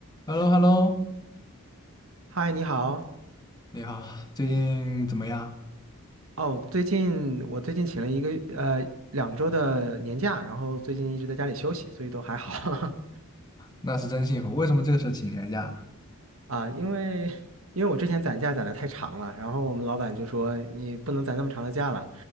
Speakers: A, on the left; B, on the right.
A: h e l l o h e l l o
B: 嗨，你好。
A: 你好，最近怎么样？
B: 哦，最近我最近请了一个呃两周的年假，然后最近一直在家里休息，所以都还好 <laughs>
A: 那是真幸福。为什么这个时候请年假？
B: 啊。因为因为我之前攒假攒的太长了，然后我们老板就说你不能攒那么长的假了，